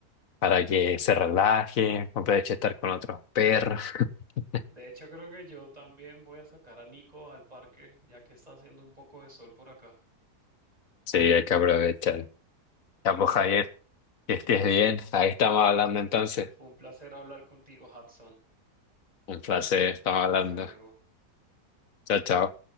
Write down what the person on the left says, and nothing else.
para que se relaje, aproveche estar con otros perros. <laughs>
Sí, hay que aprovechar. Ya pues, Javier, que
estés bien. Ahí estamos hablando entonces.
Un
placer, estamos
hablando.
Chao, chao.